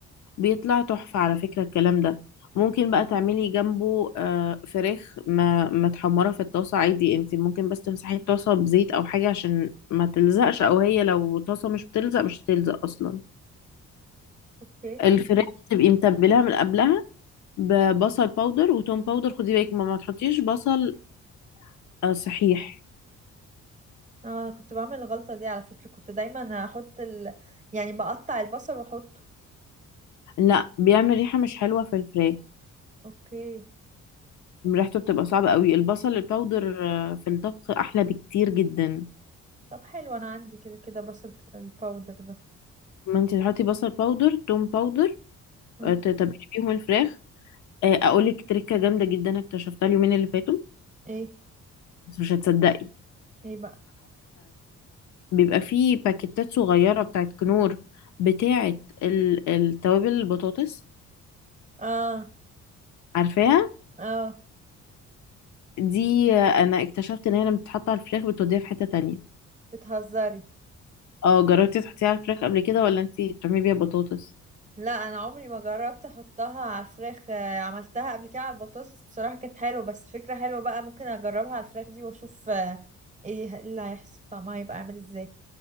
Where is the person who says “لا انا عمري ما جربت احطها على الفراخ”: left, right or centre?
Right